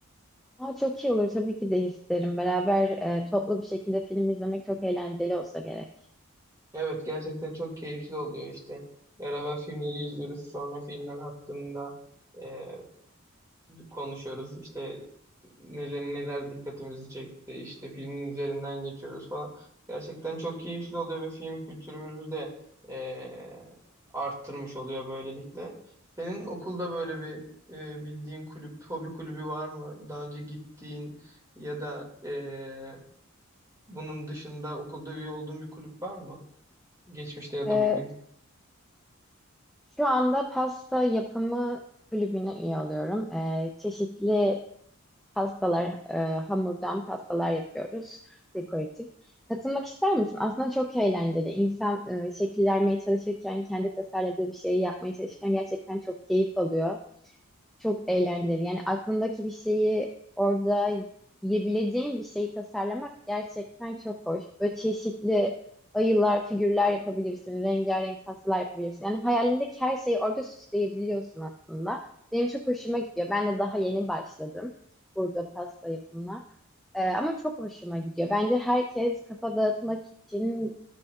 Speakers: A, in the centre; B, on the right.
A: Aa, çok iyi olur tabii ki de isterim. Beraber e, toplu bir şekilde film izlemek çok eğlenceli olsa gerek.
B: Evet gerçekten çok keyifli oluyor işte. Beraber filmleri izliyoruz. Sonra filmler hakkında e, konuşuyoruz. İşte neler neler dikkatimizi çekti. İşte filmin üzerinden geçiyoruz falan. Gerçekten çok keyifli oluyor ve film kültürümüzü de e, arttırmış oluyor böylelikle. Senin okulda böyle bir e, bildiğin kulüp, hobi kulübü var mı? Daha önce gittiğin ya da e, bunun dışında okulda üye olduğun bir kulüp var mı? Geçmişte ya
A: E,
B: da bugün.
A: şu anda pasta yapımı kulübüne üye oluyorum. E, çeşitli pastalar, e, hamurdan pastalar yapıyoruz, dekoratif. Katılmak ister misin? Aslında çok eğlenceli. İnsan e, şekil vermeye çalışırken, kendi tasarladığı bir şeyi yapmaya çalışırken gerçekten çok keyif alıyor. Çok eğlenceli. Yani aklındaki bir şeyi orada yiyebileceğin bir şeyi tasarlamak gerçekten çok hoş. Böyle çeşitli ayılar, figürler yapabilirsin. Rengarenk pastalar yapabilirsin. Yani hayalindeki her şeyi orada süsleyebiliyorsun aslında. Benim çok hoşuma gidiyor. Ben de daha yeni başladım burada pasta yapımına. Ee, ama çok hoşuma gidiyor. Bence herkes kafa dağıtmak için